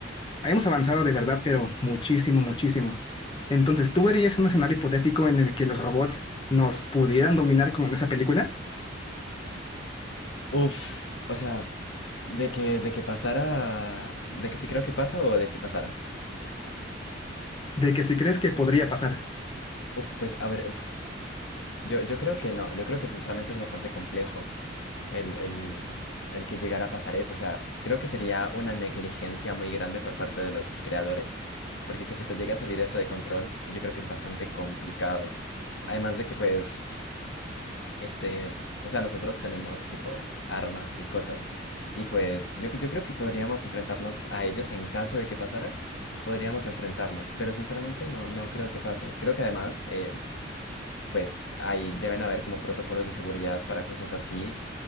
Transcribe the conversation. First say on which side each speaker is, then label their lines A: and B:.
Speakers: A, on the left; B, on the left.
A: Hemos avanzado de verdad, pero muchísimo, muchísimo. Entonces, ¿tú verías un escenario hipotético en el que los robots nos pudieran dominar como en esa película?
B: Uf, o sea, de que, de que pasara, de que sí creo que pasa o de si pasara.
A: ¿De que si crees que podría pasar?
B: Uf, pues a ver, uf. Yo, yo creo que no, yo creo que sinceramente es bastante complejo. el, el, el que llegara a pasar eso. O sea, creo que sería una negligencia muy grande por parte de los creadores, porque que se te llegue a salir eso de control, yo creo que es bastante complicado. Además de que, pues, este, o sea, nosotros tenemos tipo armas y cosas, y pues yo, yo creo que podríamos enfrentarnos a ellos en caso de que pasara. Podríamos enfrentarnos, pero sinceramente no, no creo que pase. Creo que además, em, pues ahí deben haber como protocolos de seguridad para cosas así.